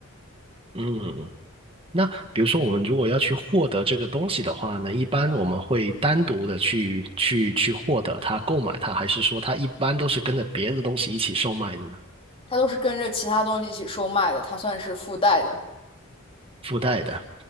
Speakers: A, on the right (about 25°); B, on the left (about 25°).
A: 嗯，那比如说，我们如果要去获得这个东西的话呢，一般我们会单独的去去去获得它、购买它，还是说它一般都是跟着别的东西一起售卖的呢？
B: 它都是跟着其他东西一起售卖的，它算是附带的，
A: 附带的，